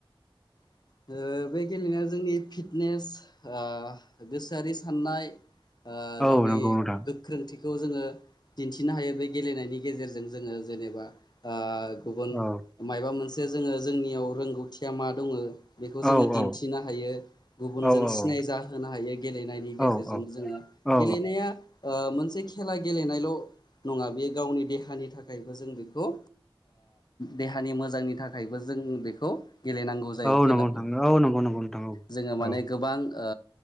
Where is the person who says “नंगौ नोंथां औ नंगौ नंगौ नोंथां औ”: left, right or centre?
Centre